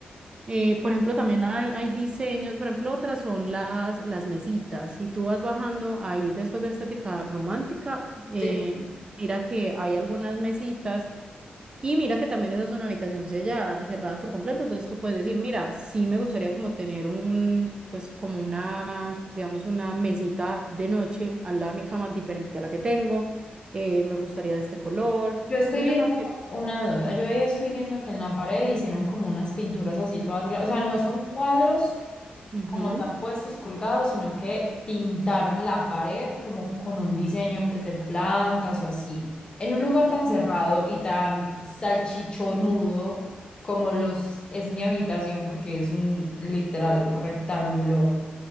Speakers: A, on the right; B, on the left.
A: Eh, por ejemplo, también hay, hay diseños, por ejemplo, otras son las, las mesitas. Si tú vas bajando ahí después de estética romántica, eh,
B: sí.
A: mira que hay algunas mesitas y mira que también esa es una habitación sellada, cerrada por completo. Entonces tú puedes decir, mira, sí me gustaría como tener un, pues como una, digamos, una mesita de noche al lado de mi cama diferente a la que tengo. eh, me gustaría de este color.
B: Yo estoy
A: Entonces
B: viendo
A: yo creo que...
B: una duda, yo ahí estoy viendo que en la pared hicieron como unas pinturas así todas, gra- o sea, no son cuadros
A: ujú.
B: como tal puestos colgados, sino que pintaron la pared como con un diseño pues de plantas o así. En un lugar tan cerrado y tan salchichonudo como los es mi habitación, porque es un literal rectángulo,